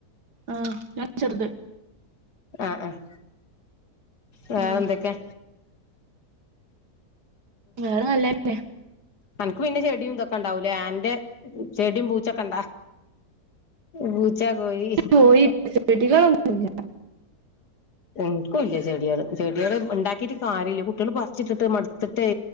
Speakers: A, on the right (about 80°); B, on the left (about 75°).
A: ആഹ ഞാൻ ചെറുത്
B: ആഹ് ആഹ് വേറെ
A: ഉം
B: എന്തൊക്കെ
A: വേറെ നല്ലന്നെ
B: അനക്ക് പിന്നെ ചെടിയും ഇതൊക്കെ ഉണ്ടാവൂലേ ആന്റെ ചെടിയും പൂച്ചൊക്കെ ഇണ്ടാ പൂച്ച പോയി
A: പോയി ചെടികളൊന്നുമില്ല
B: എനിക്കും ഇല്ല ചെടികൾ ചെടികള് ഉണ്ടാക്കിട്ട് കാര്യമില്ല കുട്ടികൾ പറിച്ചിട്ടിട്ട് മടുത്തിട്ടെ